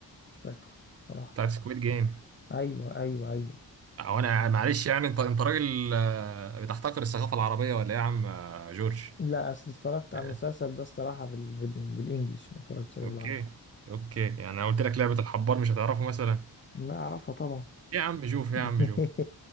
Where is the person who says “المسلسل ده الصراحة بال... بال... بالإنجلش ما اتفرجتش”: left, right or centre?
Left